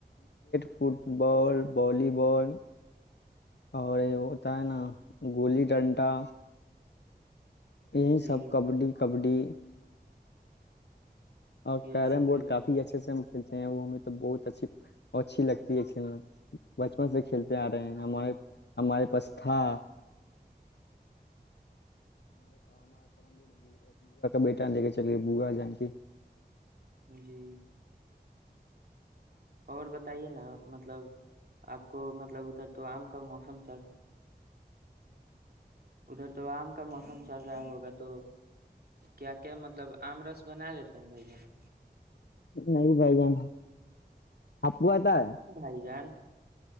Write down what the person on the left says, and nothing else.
فٹ بال بالی بال اور ہوتا ہے نا گولی ڈنڈا یہی
سب کبڈی کبڈی اور
کہہ
رہے ہیں بوٹ
کافی
اچھے سے م ہیں وہ میں تو بہت اچھی اچھی لگتی ہے کیوں
چلتے ا رہے ہیں ہمارے پاس تھا بیٹا لے کے چلیے بوغا جان کی
نہیں بھائی جان آپ کو آتا ہے